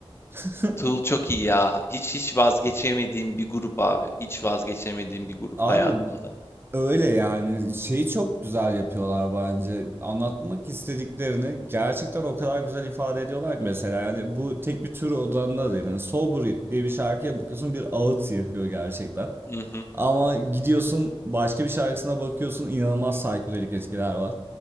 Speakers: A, on the right; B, on the left.
A: <laughs>
B: Tool çok iyi ya. Hiç hiç vazgeçemediğim bir grup abi. Hiç vazgeçemediğim bir grup
A: Abi
B: hayatımda.
A: öyle yani şeyi çok güzel yapıyorlar bence. Anlatmak istediklerini gerçekten o kadar güzel ifade ediyorlar ki mesela yani bu tek bir tür odanda değil. Yani Sober diye bir şarkıya bakıyorsun bir ağıt yakıyor gerçekten.
B: Hı hı,
A: Ama gidiyorsun başka bir şarkısına bakıyorsun inanılmaz psikodelik etkiler var.